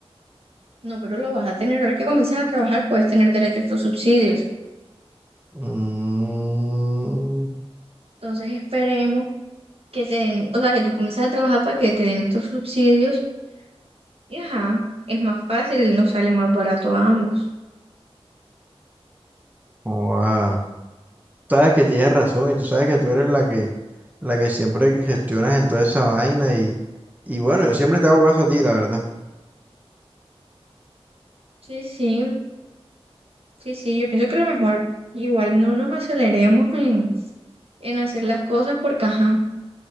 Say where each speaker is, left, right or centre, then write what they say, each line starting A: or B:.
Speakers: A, on the right; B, on the right.
A: No, pero lo vas a tener, ahora que comienzas a trabajar puedes tener derecho a estos subsidios.
B: Mm,
A: Entonces esperemos que te den, o sea, que tú comiences a trabajar para que te den estos subsidios y ajá, es más fácil, nos sale más barato a ambos.
B: joda. Sabes que tienes razón y tú sabes que tú eres la que, la que siempre gestionas en toda esa vaina y, y bueno, yo siempre te hago caso a ti, la verdad.
A: Sí, sí, sí, sí, yo pienso que lo mejor, igual no nos aceleremos en, en hacer las cosas porque ajá.